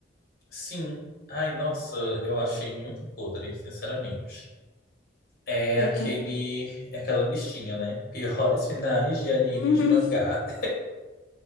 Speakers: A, on the left (about 50°); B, on the left (about 80°).
A: Sim. Ai, nossa, eu achei muito podre, sinceramente. É
B: Eu
A: aquele,
B: também.
A: é aquela listinha, né? Piores finais de anime
B: <laughs>
A: e de mangá.